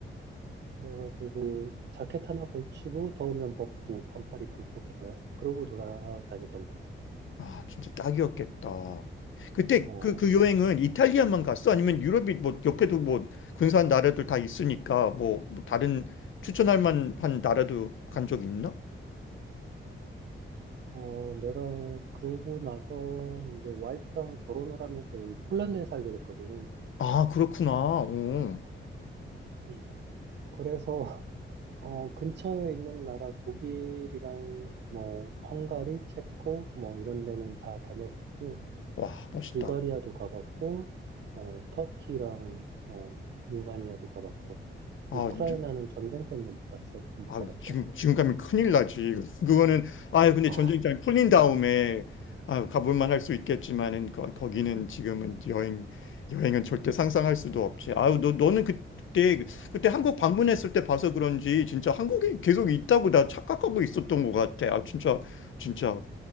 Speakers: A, on the right; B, on the left.
A: 그래가지고 자켓 하나 걸치고 더우면 벗고 반팔 입고 그러고 돌아, 그러고 돌아다녔던 것 같아.
B: 아, 진짜 딱이었겠다. 그때
A: 어.
B: 그, 그 여행은 이탈리아만 갔어? 아니면 유럽이 뭐 옆에도 뭐 근사한 나라들 다 있으니까 뭐뭐 다른 추천할 만한 나라도 간 적 있나?
A: 어, 내가 그러고 나서 이제 와이프랑 결혼을 하면서 여기 폴란드에 살게 됐거든.
B: 아, 그렇구나. 어.
A: 음, 그래서 <laughs> 어, 근처에 있는 나라 독일이랑 뭐 헝가리, 체코 뭐 이런 데는 다 다녀봤고
B: 와, 멋있다.
A: 불가리아도 가봤고 어, 터키랑 어, 루마니아도 가봤고
B: 아,
A: 우크라이나는
B: 이제-
A: 전쟁 때문에 못 갔어 못
B: 아,
A: 가봤다.
B: 지금, 지금 가면 큰일 나지. 그거는, 아 근데
A: 아,
B: 전쟁장이 풀린 다음에, 아 가볼만 할 수 있겠지만은, 거, 거기는 지금은 여행, 여행은 절대 상상할 수도 없지. 아유, 너, 너는 그때, 그때 한국 방문했을 때 봐서 그런지, 진짜 한국이 계속 있다고 나 착각하고 있었던 것 같아. 아, 진짜, 진짜